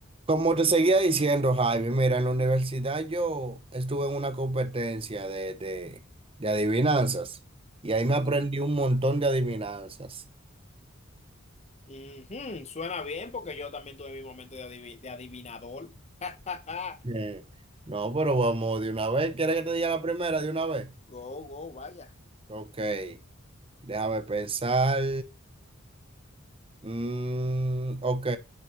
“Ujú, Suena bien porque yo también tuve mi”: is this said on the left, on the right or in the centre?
Left